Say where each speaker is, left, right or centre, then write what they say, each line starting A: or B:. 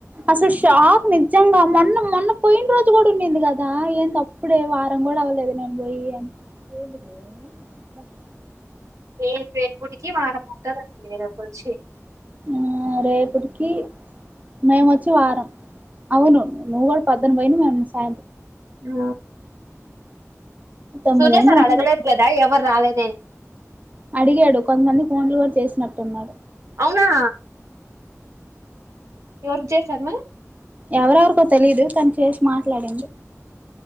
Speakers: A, on the right (about 30°); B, on the right (about 65°).
A: అసలు షాక్ నిజంగా మొన్న మొన్న పోయిన రోజు కూడా ఉండంది కదా ఏంది అప్పుడే వారం కూడా <unintelligible>
B: ఏ రేపుటికి వారం అంటారంం లేరుపచ్చి
A: ఆ రేపటికి మేమోచ్చి వారం అవును నువ్వు కూడ <unintelligible> మేము సా
B: ఆ
A: తొమ్మిదయింది
B: సూర్య సార్
A: ఇంటికి
B: అడగలేేద్ కదా ఎవరు రాలే
A: అడిగాడు కొంతమంది ఫోన్లు కూడా చేసినట్టున్నాడు
B: అవునా ఎవర్ చేసార్ మే
A: ఎవరెవరికో తెలిదు కానీ చేసి మాట్లాడు